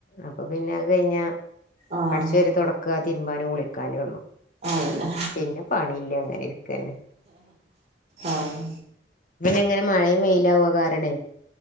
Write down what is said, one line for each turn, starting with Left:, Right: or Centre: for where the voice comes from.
Left: അപ്പൊ പിന്നെ അത് കഴിഞ്ഞാ
Right: ആഹ്
Left: അട്ച്ചോരി തൊട ക്കാ തിരുമ്പാനും കുളിക്കാനൊള്ളൂ.
Right: അതന്നെ
Left: പിന്നെ പണിയില്ല അങ്ങനെ ഇരിക്കന്നെ
Right: ആഹ്
Left: പിന്നെ ഇങ്ങനെ മഴയും വെയിലാവൊ കാരണേ